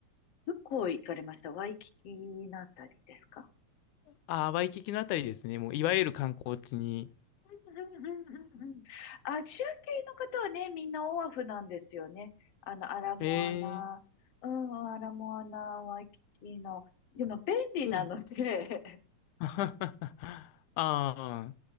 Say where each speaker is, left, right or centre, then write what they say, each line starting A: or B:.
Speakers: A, on the left (about 60°); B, on the left (about 85°).
A: どこ行かれましたワイキキのあたりですか
B: あー、ワイキキのあたりですね。もう、いわゆる観光地に。
A: うんうんうんうんうん。あ、中継の方はね、みんなオアフなんですよね。あの、アラモアナ、
B: えー、
A: うん、アラモアナ、ワイキキの。でも便利なので
B: うん。<laughs> ああ、